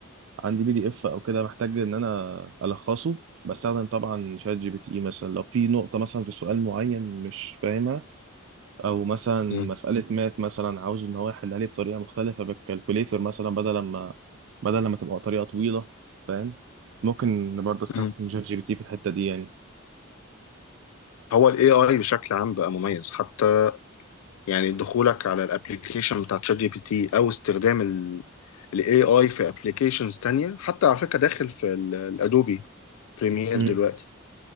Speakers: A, on the right; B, on the left.
A: عندي بي دي اف او كده محتاج ان انا الخصه بستخدم طبعا شات جي بي تي إيه مثلا لو في نقطه مثلا في سؤال معين مش فاهمها او مثلا مساله
B: مم.
A: مات مثلا عاوز ان هو يحلها لي بطريقه مختلفه بالكالكوليتر مثلا بدل ما بدل ما تبقى طريقه طويله فاهم ممكن برضه استخدم
B: مم.
A: شات جي بي تي في الحته دي يعني
B: هو الاي اي بشكل عام بقى مميز حتى يعني دخولك على الابلكيشن بتاع تشات جي بي تي او استخدام الاي اي في ابلكيشنز تانية حتى على فكرة داخل في الادوبي بريمير
A: امم
B: دلوقتي